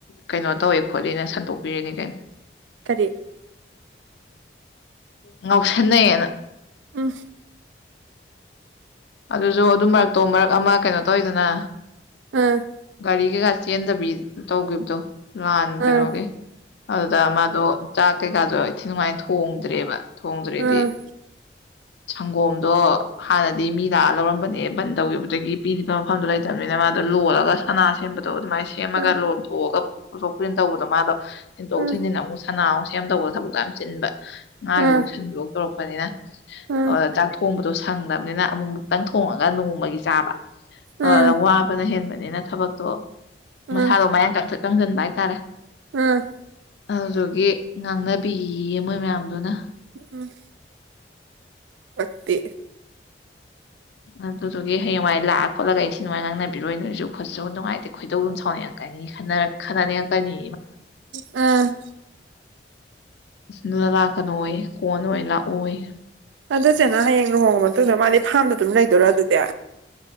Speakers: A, on the left; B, on the right.
A: ꯀꯩꯅꯣ ꯇꯧꯋꯦ ꯈꯣꯠꯂꯤꯅ ꯁꯟꯗꯣꯛꯄꯤꯔꯤꯅꯤ ꯀꯩꯅꯣ
B: ꯀꯔꯤ
A: ꯉꯥꯎꯁꯟꯅꯩꯌꯦꯅ
B: ꯎꯝ ꯎꯝ
A: ꯑꯗꯨꯁꯨ ꯑꯗꯨꯝ ꯃꯔꯛꯇꯣ ꯃꯔꯛ ꯑꯃ ꯀꯩꯅꯣ ꯇꯧꯋꯤꯗꯅ
B: ꯎꯝ
A: ꯒꯔꯤ ꯀꯩꯀꯥ ꯆꯦꯟꯗꯕꯤ ꯇꯧꯈꯤꯕꯗꯣ ꯂꯍꯥꯟ ꯀꯩꯅꯣꯒꯤ
B: ꯎꯝ
A: ꯑꯗꯨꯗ ꯃꯥꯗꯣ ꯆꯥꯛ ꯀꯩꯀꯥꯗꯣ ꯏꯊꯤ ꯅꯨꯡꯉꯥꯏꯅ ꯊꯣꯡꯗ꯭ꯔꯦꯕ ꯊꯣꯡꯗ꯭ꯔꯦꯗꯤ
B: ꯎꯝ
A: ꯁꯪꯒꯣꯝꯗꯣ ꯍꯥꯟꯅꯗꯤ ꯃꯤ ꯂꯥꯛꯑ ꯂꯧꯔꯝꯕꯅꯦ ꯕꯟ ꯇꯧꯈꯤꯕꯗꯒꯤ ꯄꯤꯔꯤꯕ ꯃꯐꯝꯗꯣ ꯂꯩꯇꯕꯅꯦ ꯃꯅꯥ ꯂꯣꯜꯂꯒ ꯁꯅꯥ ꯁꯦꯝꯕ ꯑꯗꯣ ꯑꯗꯨꯃꯥꯏꯅ ꯁꯦꯝꯃꯒ
B: ꯎꯝ
A: ꯂꯣꯟꯊꯣꯛꯑꯒ ꯄꯨꯊꯣꯛ ꯄꯨꯁꯤꯟ ꯇꯧꯕꯗꯣ ꯃꯥꯗꯣ ꯊꯤꯟꯗꯣꯛ
B: ꯎꯝ
A: ꯊꯤꯟꯖꯤꯟ ꯑꯃꯨꯛ ꯁꯅꯥ ꯁꯦꯝ ꯇꯧꯕꯗ ꯊꯕꯛ ꯌꯥꯝ ꯆꯤꯟꯕ ꯉꯥꯒꯤꯐꯧ
B: ꯎꯝ
A: ꯁꯟꯒꯤꯌꯣ ꯇꯧꯔꯛꯄꯅꯤꯅ
B: ꯎꯝ
A: ꯑꯣꯗꯨꯗ ꯆꯥꯛ ꯊꯣꯡꯕꯗꯣꯁꯨ ꯁꯪꯗꯕꯅꯤꯅ ꯑꯃꯨꯛꯃꯨꯛꯇꯪ ꯊꯣꯡꯉꯒ ꯅꯣꯡꯃꯒꯤ ꯆꯥꯕ
B: ꯎꯝ
A: ꯑꯗꯨꯗ ꯋꯥꯕꯅ ꯍꯦꯟꯕ ꯅꯤꯅ ꯊꯕꯛꯇꯣ
B: ꯎꯝ
A: ꯃꯁꯥꯗꯣ ꯃꯌꯥꯡ ꯀꯪꯇ꯭ꯔꯤꯛ ꯀꯪꯁꯤꯟꯕ ꯍꯥꯏꯇꯥꯔꯦ
B: ꯎꯝ
A: ꯑꯗꯨꯗꯨꯒꯤ ꯉꯥꯡꯅꯕꯤꯌꯦ ꯃꯣꯏ ꯃꯌꯥꯝꯕꯗꯨꯅ
B: ꯎꯝ ꯄꯛꯇꯦ
A: ꯑꯗꯨꯗꯨꯒꯤ ꯍꯌꯦꯡꯋꯥꯏ ꯂꯥꯛꯑ ꯈꯣꯠꯂꯒ ꯏꯟꯊꯤ ꯅꯨꯡꯉꯥꯏ ꯉꯥꯡꯅꯕꯤꯔꯣꯏ ꯅꯣꯏꯁꯨ ꯈꯣꯠꯁꯨ ꯅꯨꯡꯉꯥꯏꯇꯦ ꯈꯣꯏꯗꯧꯗꯨꯝ ꯁꯥꯎꯅꯤꯡꯉꯛꯀꯅꯤ ꯈꯟꯅ ꯈꯟꯅꯅꯤꯡꯉꯛꯀꯅꯤ
B: ꯎꯝ
A: ꯅꯣꯏ ꯂꯥꯛꯀꯅꯣꯌꯦ ꯀꯣꯟꯅ ꯑꯣꯏꯅ ꯂꯥꯛꯑꯣꯌꯦ
B: ꯑꯗꯨꯆꯦꯟꯅ ꯍꯌꯦꯡ ꯂꯨꯍꯣꯡꯉ ꯃꯇꯨꯡꯗ ꯃꯥꯗꯤ ꯐꯥꯝꯗ ꯑꯗꯨꯝ ꯂꯩꯗꯣꯏꯔꯥ ꯑꯗꯨꯗꯤ